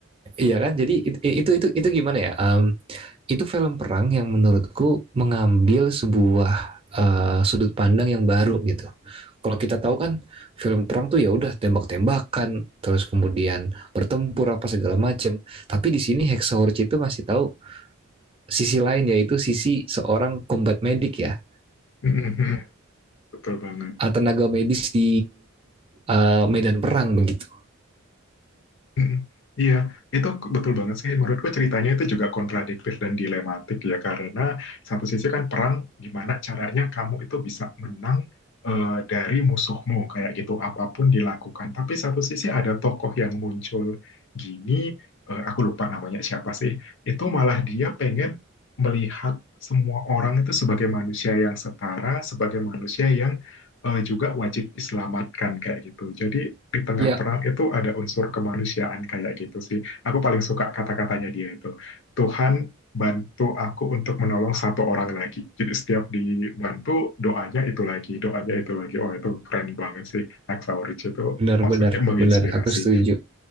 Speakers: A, on the right (about 25°); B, on the left (about 60°).
A: iya kan? Jadi itu itu itu gimana ya? Um, itu film perang yang menurutku mengambil sebuah uh, sudut pandang yang baru gitu. Kalau kita tahu kan film perang tuh ya udah tembak-tembakan, terus kemudian bertempur apa segala macam. Tapi di sini Hacksaw Ridge itu masih tahu sisi lain yaitu sisi seorang combat medic ya
B: Hmm, hmm, hmm. hmm. Betul banget.
A: Ah, tenaga medis di eh, medan perang begitu.
B: Mm, Iya, itu k- betul banget sih. Menurutku ceritanya itu juga kontradiktif dan dilematik ya karena satu sisi kan perang gimana caranya kamu itu bisa menang eh, dari musuhmu kayak gitu apapun dilakukan. Tapi satu sisi ada tokoh yang muncul gini, eh, aku lupa namanya siapa sih. Itu malah dia pengen melihat semua orang itu sebagai manusia yang setara, sebagai manusia yang eh, juga wajib diselamatkan kayak gitu. Jadi di tengah
A: Ya
B: perang itu ada unsur kemanusiaan kayak gitu sih. Aku paling suka kata-katanya dia itu. Tuhan bantu aku untuk menolong satu orang lagi. Jadi setiap dibantu doanya itu lagi, doanya itu lagi. Oh itu keren banget sih. Hacksaw Ridge itu
A: benar
B: maksudnya
A: benar
B: menginspirasi.
A: benar aku setuju.